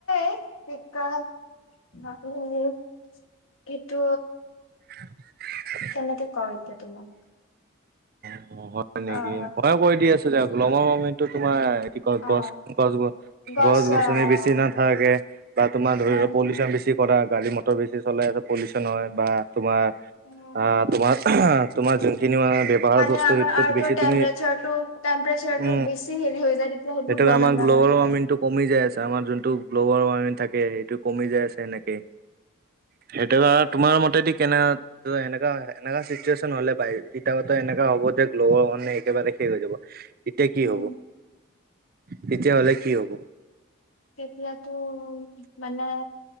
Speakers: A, on the left (about 85°); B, on the right (about 45°).
A: <unintelligible> এইটো
B: <inaudible>
A: কেনেকে কও এতিয়া তোমাক
B: অ হয় নেকি
A: অ', অ',
B: ময়ো কৈ দি আছো‌ দিয়া গ্ল ৱাৰ্মিংতো তোমাৰ কি কয়
A: অ',
B: গছ গছ
A: গছৰ
B: গছ গছনি
A: অ',
B: বেছি নাথাকে বা তোমাৰ
A: উম,
B: ধৰি ল পলিউচন বেছি পৰা গাড়ী মটৰ বেছি চলাই পলিউচন হয় বা তোমাৰ
A: উম।
B: আহ তোমাৰ আহ তোমাৰ যোনখিনি মানে ব্যৱহাৰ
A: মানে
B: বস্তু
A: আমাৰ
B: জৰিত
A: আৰ্থৰ
B: বেছি
A: টেম্পৰেচাৰটো
B: তুমি
A: টেম্পৰেচাৰটো
B: অ
A: বেছি হেৰি হৈ যায় তেতিয়া সেইটো
B: এতিয়া
A: গ্ল'বেল
B: আমাৰ
A: ৱাৰ্মিংটো
B: গ্লৱেল ৱাৰ্মিং
A: হয়।
B: টো কমি যাই আছে আমাৰ যোনটো গ্ল'ৱেল ৱাৰ্মিং থাকে সেইটো কমি যাই আছে এনেকে। সেইটো কাৰনে তোমাৰ মতেদি কেনে এনেকা এনেকা চিটুৱেশচন হলে বাই ইটাভাটা এনেকা হ'ব যেতিয়া গ্লোবেল ৱাৰ্মিং একেবাৰে শেষ হৈ যাব তেতিয়া
A: উম,
B: কি হব? তেতিয়া হ'লে কি হ'ব?
A: তেতিয়া তো মানে